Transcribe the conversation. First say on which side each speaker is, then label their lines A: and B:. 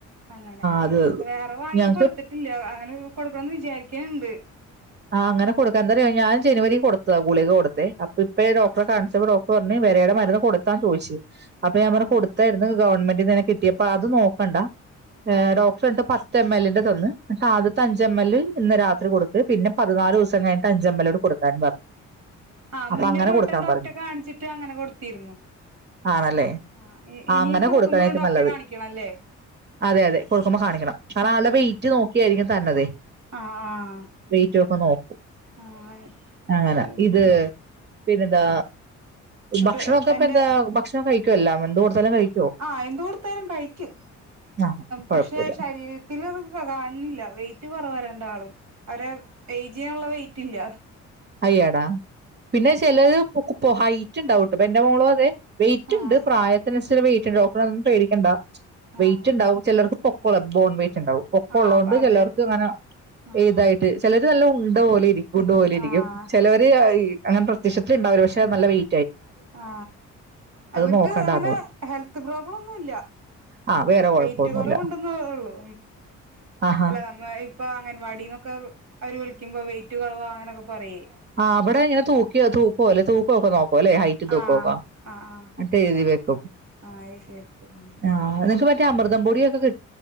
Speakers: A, on the right; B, on the right.
A: അങ്ങനെ
B: അത് അത്
A: വേറെ വാങ്ങി
B: ഞങ്ങക്ക്
A: കൊടുത്തിട്ടില്ല അങ്ങനെ കൊടുക്കണന്ന് വിചാരിക്കാണിണ്ട്
B: ആഹ് അങ്ങനെ കൊടുക്ക എന്താറയൊ ഞാൻ ജനുവരി കൊടുത്തതാ ഗുളിക കൊടുത്തേ അപ്പോ ഇപ്പേ ഡോക്റെ
A: ആഹ്
B: കാണിച്ചപ്പോ ഡോ ടറ് പറഞ്ഞ് വേരെടെ മരുന്ന് കൊടുത്താ ചോദിച്ച് അപ്പ ഞാന്
A: ആഹ്
B: പറഞ്ഞ്
A: ആഹ്
B: കൊടു ര്ന്ന് ഗവൺമെന്റ്ന്ന് ങ്ങനെ കിട്ടിയപ്പ അത് നോക്കണ്ട ഏ
A: ആഹ്
B: ടോക് പണ്ട് പത്ത് എം എല്ലിന്റെ തന്ന് ആദ്യത്തെ അഞ്ച് എം എൽ ഇന്ന് രാത്രി കൊടുക്ക്‌ പിന്നെ പതിനാല്
A: ആഹ്
B: ദിവസം കഴിഞ്ഞട്ട് അഞ്ചമ്മലോട് കൊടുക്കാനും പറഞ്ഞു
A: ആ
B: അപ്പൊ
A: മുന്നൊരു
B: അങ്ങനെ
A: വട്ടം
B: കൊടുക്കാൻ
A: ഡോക്ടറെ
B: പറഞ്ഞു
A: കാണിച്ചിട്ട് അങ്ങനെ കൊടുത്തിരുന്നു
B: ആണല്ലേ
A: ആ ഇ ഇനി
B: അങ്ങനെ
A: കൊടുക്കുമ്പളും
B: കൊടുക്കണേക്കും
A: ഡോക്ടറെ
B: നല്ലത്
A: കാണിക്കണം ല്ലേ
B: അതെ അതെ കൊടുക്കുമ്പോ കാണിക്കണം കാരണം ആളെ വെയ്റ്റ് നോക്കിയായിരിക്കും തര്നതെയ്
A: ആഹ് ആഹ്
B: വെയ്റ്റൊക്കെ നോക്കും
A: ആഹ്
B: അങ്ങനാ
A: ആഹ്
B: ഇത് ന്താ
A: ഇവിടെ
B: ഭക്ഷണൊക്കേ
A: എന്റെ
B: പ്പ എന്താ ഭക്ഷണം കഴിക്കോ എല്ലാം എന്ത് കൊടുത്താലും കഴി
A: ആ എന്ത്‌ കൊടുത്താലും കഴിയ്ക്കും
B: ആ
A: പക്ഷെ
B: കുഴപ്പമില്ല
A: ശരീര ത്തിലത് കാണ് ണില്ല വെയ്റ്റ് കൊറവാ രണ്ടാളും അവരെ ഏജിനുള്ള വെയ്റ്റില്ല
B: അയ്യോ ടാ പിന്നെ ചെലത്പ്പൊ ഹയ്റ്റ്ണ്ടാവുംട്ടൊ ഇപ്പെന്റെ മോളു അതെ വെയിറ്റ്ണ്ട്
A: ആഹ്
B: പ്രായ ത്തിനന്സരിച്ചുള്ള വെയ്റ്റ്ണ്ട് ഡോക്ടർ അതൊന്നും പേടിക്കണ്ട വയിറ്റ്ണ്ടാവും
A: ആഹ്
B: ചെലർക്ക് പൊക്കുള്ള ബോൺ വെയ്റ്റ്ണ്ടാവും പൊക്കൊള്ളകൊണ്ട്
A: ആഹ് അതെ
B: ചെലർക്കങ്ങനെ
A: ആഹ്
B: ഈ തായിട്ട് ചെലര് നല്ല ഉണ്ടപോലെ ഗുണ്ട് പോലിരിക്കും
A: ആഹ്
B: ചെലവര് അങ്ങനെ പ്രത്യക്ഷത്തില്ണ്ടാവില്ല പക്ഷെ നല്ല വെയി
A: ആ അവര്ക്ക്
B: നോക്കണ്ടാന്ന്
A: അങ്ങനെ ഹെൽത്ത് പ്രോബ്ലഒന്നു ഇല്ല
B: ആ വേറെ കുഴപ്പമൊന്നുമില്ല
A: വെയ്റ്റ് കൊറവുണ്ട്ന്നെ ഒള്ളു
B: ആഹാ
A: അല്ല നമ്മള് ഇപ് പ്പൊ അംഗൻവാടിന്നൊക്കെ അവര് വിളിക്കുമ്പൊ വെയ്റ്റ് കൊറവാ അങ്ങനൊക്കെ പറയേ
B: ആ അവിടെ ഇങ്ങനെ തൂക്കിയോ തൂക്ക്ഓലെ തൂക്കോക്കെ നോക്കുവല്ലേ ഹൈ റ്റും തൂക്കഒക്കെ
A: ആഹ് ആഹ് ആഹ്
B: ന്ന്ട്ടെഴ്തി വെക്കും
A: ആഹ് ശരി ശരി ഉം
B: ആ നിങ്ങക്ക് മ റ്റെ അമൃതം പൊടിയൊക്കെ കി